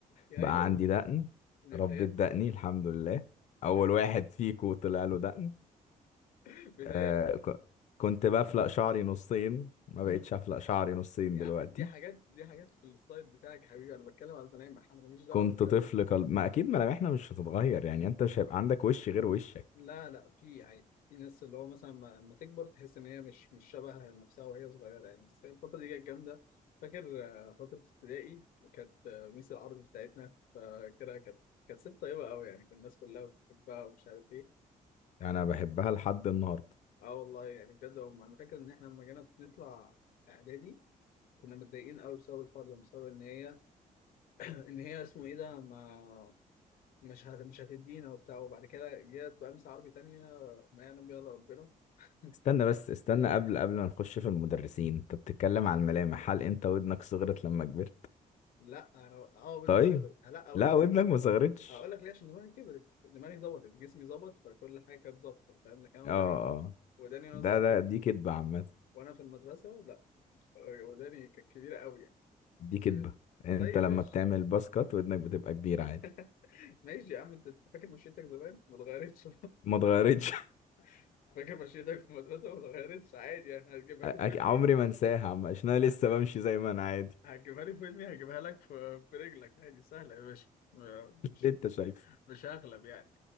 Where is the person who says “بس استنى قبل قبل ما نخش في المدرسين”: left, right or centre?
Left